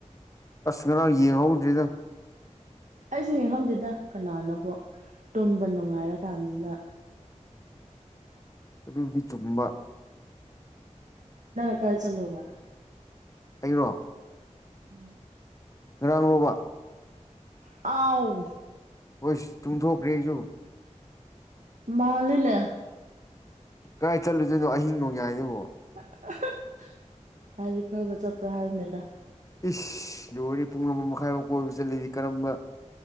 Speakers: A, on the left; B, on the right.
A: ꯑꯁ ꯉꯔꯥꯡ ꯌꯦꯡꯍꯧꯗ꯭ꯔꯦꯗꯥ
B: ꯑꯩꯁꯨ ꯌꯦꯡꯍꯧꯗꯦꯗ ꯀꯅꯥꯅꯕꯨ ꯇꯨꯝꯕ ꯅꯨꯡꯉꯥꯏꯔ ꯀꯥꯟꯖꯤꯗꯥ
A: ꯑꯗꯨꯕꯨꯗꯤ ꯆꯨꯝꯕꯥ
B: ꯅꯪꯅ ꯀꯥꯏ ꯆꯠꯂꯨꯕꯥ
A: ꯑꯩꯔꯣ
B: ꯎꯝ
A: ꯉꯔꯥꯡꯔꯣꯕꯥ
B: ꯑꯥꯎ
A: ꯋꯦꯁ ꯇꯨꯝꯊꯣꯛꯈ꯭ꯔꯦ ꯑꯩꯖꯨ
B: ꯃꯥꯜꯂꯤꯂꯦ
A: ꯀꯥꯏ ꯆꯠꯂꯨꯗꯨꯏꯅꯣ ꯑꯍꯤꯡ ꯅꯣꯡꯌꯥꯏꯗꯕꯣ
B: <unintelligible> ꯍꯥꯏꯗꯤ ꯀꯣꯏꯕ ꯆꯠꯄ꯭ꯔꯥ ꯍꯥꯏꯕꯅꯤꯗ
A: ꯏꯁ ꯂꯣꯏꯔꯦ ꯄꯨꯡ ꯑꯃꯥ ꯃꯈꯥꯏꯕꯥꯎ ꯀꯣꯏꯕ ꯆꯠꯂꯗꯤ ꯀꯔꯝꯕ